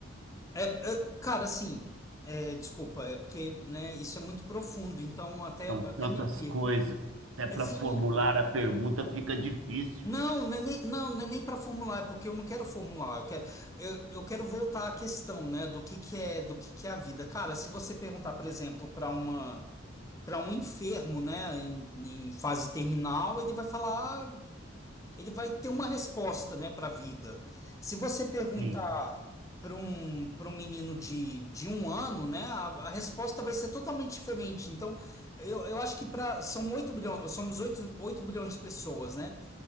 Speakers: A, on the left; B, on the right.
A: É, é, cara, assim, é, desculpa, é porque, né, isso é muito profundo, então até,
B: São
A: até
B: tantas
A: me perco.
B: coisas. Até para
A: Assim,
B: formular a pergunta fica difícil.
A: não, não é nem, não, não é nem para formular, é porque eu não quero formular, eu quero, eu, eu quero voltar à questão, né, do que que é, do que que é a vida. Cara, se você perguntar, por exemplo, para uma, para um enfermo, né, em, em fase terminal, ele vai falar. ele vai ter uma resposta, né, para a vida. Se você perguntar
B: Sim.
A: para um, para um menino de, de um ano, né, a, a resposta vai ser totalmente diferente. Então, eu, eu acho que para são 8 bilhões, somos oito oito bilhões de pessoas, né?